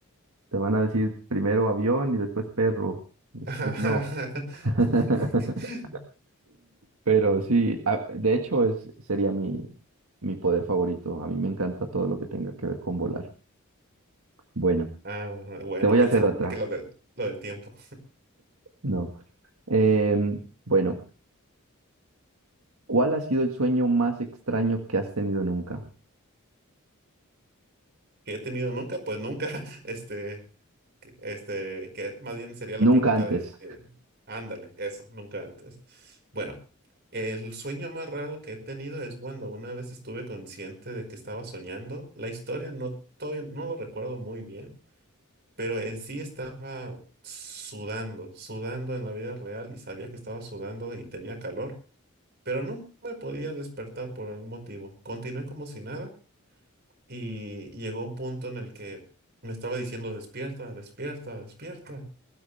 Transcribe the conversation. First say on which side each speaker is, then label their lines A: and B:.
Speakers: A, on the right; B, on the right.
A: te van a decir primero avión y después perro, después
B: <laughs>
A: no. <laughs> Pero sí, a- de hecho es, sería mi, mi poder favorito. A mí me encanta todo lo que tenga que ver con volar. Bueno,
B: Ah, bueno,
A: te voy
B: pensé
A: a hacer otra.
B: que lo del, lo del tiempo
A: No. Em, bueno, ¿cuál ha sido el sueño más extraño que has tenido nunca?
B: que he tenido nunca, pues nunca, <laughs> este. que- Este, que más bien sería
A: Nunca
B: la pregunta
A: antes.
B: de, eh, ándale, eso, nunca antes. Bueno, el sueño más raro que he tenido es cuando una vez estuve consciente de que estaba soñando. La historia no, todavía no lo recuerdo muy bien, pero en sí estaba sudando, sudando en la vida real y sabía que estaba sudando y tenía calor, pero no me podía despertar por algún motivo. Continué como si nada y llegó un punto en el que me estaba diciendo despierta, despierta, despierta.